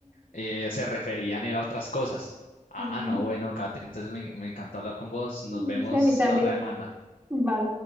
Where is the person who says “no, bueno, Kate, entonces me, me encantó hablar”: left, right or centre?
Left